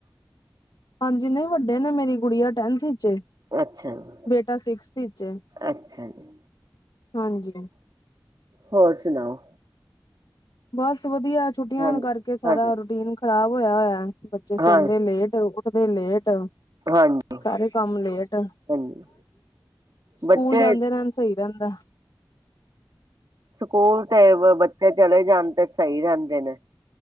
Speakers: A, on the left; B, on the right.
A: ਹਾਂਜੀ। ਨਹੀਂ ਵੱਡੇ ਨੇ। ਮੇਰੀ ਕੁੜੀ ਆ ਟੈਨਥ ਵਿਚ।
B: ਅੱਛਾ ਜੀ
A: ਬੇਟਾ ਸਿਕਸਥ ਵਿਚ ਹੈ।
B: ਅੱਛਾ ਜੀ
A: ਹਾਂਜੀ।
B: ਹੋਰ ਸੁਣਾਓ?
A: ਬਸ ਵਧੀਆ। ਛੁੱਟੀਆਂ
B: ਹਾਂਜੀ
A: ਕਰਕੇ ਸਾਰਾ
B: ਹਾਂਜੀ
A: ਰੂਟੀਨ ਖ਼ਰਾਬ ਹੋਇਆ ਹੋਇਆ। ਬੱਚੇ ਸੌਦੇ
B: ਹਾਂ
A: ਲੇਟ, ਉੱਠਦੇ ਲੇਟ।
B: ਹਾਂਜੀ
A: ਸਾਰੇ ਕੰਮ ਲੇਟ।
B: ਹਾਂਜੀ
A: ਸਕੂਲ
B: ਬੱਚੇ
A: ਜਾਂਦੇ ਰ ਸਹੀ ਰਹਿੰਦਾ।
B: ਸਕੂਲ ਤੇ ਬੱਚੇ ਚਲੇ ਜਾਣ ਤੇ ਸਹੀ ਰਹਿੰਦੇ ਨੇ।